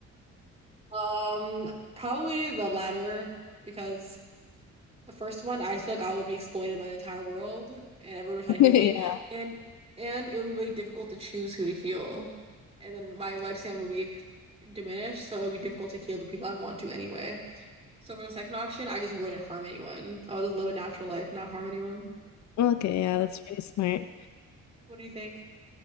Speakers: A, on the right; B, on the left.
A: Um, probably the latter because the first one I feel like I would be exploited by the entire world and everyone would try to
B: Yeah.
A: heal me and and it would be really difficult to choose who to heal. And then my lifespan would be diminished, so it would be difficult to heal the people I'd want to anyway. So for the second option, I just wouldn't harm anyone. I would just live a natural life, not harm anyone.
B: Okay,
A: Probably.
B: yeah, that's pretty smart.
A: What do you think?